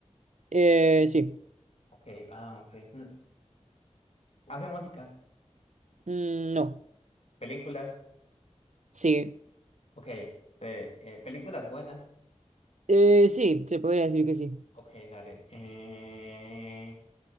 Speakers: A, on the right (about 80°); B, on the left (about 60°).
A: Eh, sí.
B: Ok, ah, ok. Mm. ¿Hace música?
A: Mm, no.
B: Películas,
A: Sí.
B: ok. eh, eh, películas buenas,
A: Eh, sí, se podría decir que sí.
B: ok, dale. Eh,